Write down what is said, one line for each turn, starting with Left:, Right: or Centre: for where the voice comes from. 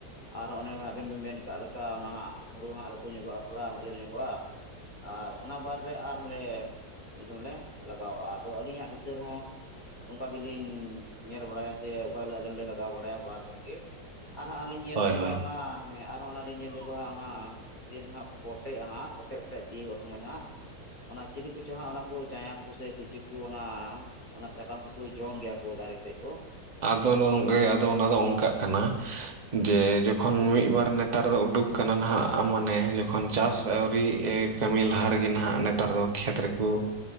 Left: ᱟᱨ ᱚᱱᱮ ᱟᱵᱮᱱ ᱵᱮᱱ ᱢᱮᱱ ᱠᱟᱜ ᱞᱮᱠᱟ ᱚᱱᱟ ᱦᱟᱸᱜ ᱦᱩᱲᱩ ᱦᱟᱸᱜ ᱞᱟᱹᱴᱩ ᱧᱚᱜᱚᱜᱼᱟ ᱛᱷᱚᱲᱟ ᱦᱟᱹᱬᱭᱟᱹᱲ ᱧᱚᱜᱚᱜᱼᱟᱼᱼ ᱟᱨ ᱚᱱᱟ ᱵᱟᱨ ᱨᱮ ᱟᱨᱦᱞᱮᱼᱼ ᱢᱤᱫ ᱫᱚᱢ ᱞᱮ ᱞᱟᱜᱟᱣᱟᱜᱼᱟ ᱟᱫᱚ ᱟᱹᱞᱤᱧᱟᱜ ᱫᱤᱥᱟᱹ ᱨᱮᱦᱚᱸᱼᱼ ᱚᱱᱠᱟ ᱜᱮᱞᱤᱧ ᱧᱮᱞ ᱵᱟᱲᱟᱭᱟ ᱥᱮ ᱚᱠᱟ ᱞᱟᱜᱟᱣ ᱵᱟᱲᱟᱭᱟ ᱵᱟᱨᱠᱚᱢ ᱜᱮ ᱟᱨᱦᱟᱸᱜ ᱟᱹᱞᱤᱤᱧ ᱧᱮᱞ
Right: ᱦᱳᱭ
Left: ᱧᱚᱜᱚᱜᱼᱟ
Right: ᱦᱳᱭ
Left: ᱚᱱᱟ ᱦᱮᱸ ᱟᱨᱦᱚᱸ ᱚᱱᱟ ᱞᱤᱧ ᱧᱮᱞ ᱧᱚᱜᱚᱜᱼᱟᱸ ᱚᱱᱟ ᱫᱤᱱ ᱦᱟᱸᱜ ᱯᱚᱴᱮᱜᱼᱟ ᱦᱟᱸᱜ ᱯᱚᱴᱮᱡ ᱯᱚᱴᱮᱡ ᱛᱤᱭᱳᱚᱜ ᱥᱚᱢᱚᱭ ᱦᱟᱸᱜᱼᱼ ᱚᱱᱟ ᱪᱤᱞᱤ ᱠᱚᱪᱚᱝ ᱦᱟᱸᱜ ᱚᱱᱟ ᱠᱚ ᱪᱟᱭᱟ ᱠᱚᱥᱮ ᱛᱤᱡᱩ ᱠᱚ ᱚᱱᱟᱼᱼ ᱚᱱᱟ ᱥᱟᱠᱟᱢ ᱠᱚᱠᱚ ᱡᱚᱢ ᱜᱮᱭᱟ ᱠᱚ ᱫᱟᱨᱮᱛᱮᱮᱫᱼᱼ
Right: ᱟᱫᱚ ᱱᱚᱝᱠᱮ ᱟᱫᱚ ᱚᱱᱟ ᱫᱚ ᱚᱱᱠᱟᱜ ᱠᱟᱱᱟ᱾ ᱡᱮ ᱡᱚᱠᱷᱚᱱ ᱢᱤᱫ ᱵᱟᱨ ᱱᱮᱛᱟᱨ ᱫᱚ ᱩᱰᱩᱠ ᱟᱠᱟᱱᱟ ᱱᱟᱦᱟᱜ ᱢᱟᱱᱮ ᱡᱚᱠᱷᱚᱱ ᱪᱟᱥ ᱟᱹᱣᱨᱤ ᱮᱼᱼ ᱠᱟᱹᱢᱤ ᱞᱟᱦᱟ ᱨᱮᱜᱮ ᱱᱟᱦᱟᱜ ᱱᱮᱛᱟᱨ ᱫᱚ ᱠᱷᱮᱛ ᱨᱮᱠᱚ